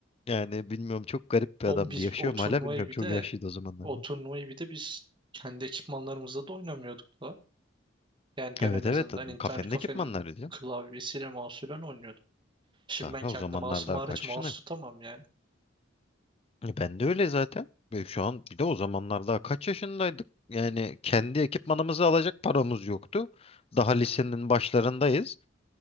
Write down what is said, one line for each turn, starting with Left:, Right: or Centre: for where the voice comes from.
Left: yani bilmiyorum çok garip bir
Right: Oğlum
Left: adamdı.
Right: biz
Left: Yaşıyor
Right: o turnuvayı
Left: mu hala bilmiyorum.
Right: bir
Left: Çok
Right: de
Left: yaşlıydı o zamanlarda.
Right: o turnuvayı bir de biz kendi ekipmanlarımızla da oynamıyorduk da. Yani ben
Left: Evet
Right: en azından
Left: evet
Right: internet
Left: kafenin
Right: kafenin
Left: ekipmanları diyor.
Right: klavyesiyle mouse'uyla oynuyordum. Şimdi
Left: Daha
Right: ben kendi
Left: o zamanlar
Right: mouse'um
Left: daha
Right: hariç
Left: kaç
Right: mouse
Left: yaşındayım?
Right: tutamam yani.
Left: E, Ben de öyle zaten. Ve şu an bir de o zamanlar daha kaç yaşındaydık? Yani kendi ekipmanımızı alacak paramız yoktu. Daha lisenin başlarındayız.